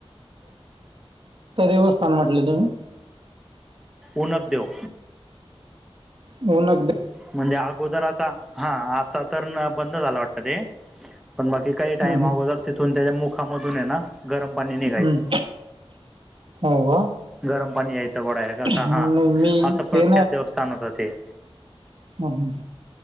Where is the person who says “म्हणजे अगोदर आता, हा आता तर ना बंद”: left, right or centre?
Centre